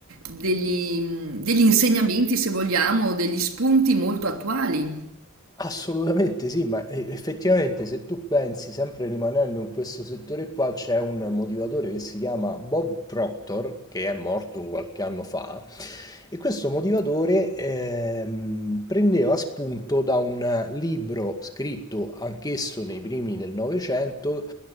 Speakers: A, on the right; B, on the left.
A: degli, mm, degli insegnamenti, se vogliamo, degli spunti molto attuali.
B: Assolutamente sì, ma e- effettivamente se tu pensi, sempre rimanendo in questo settore qua, c'è un motivatore che si chiama Bob Proctor, che è morto qualche anno fa, e questo motivatore ehm, prendeva spunto da un libro scritto anch'esso nei primi del Novecento,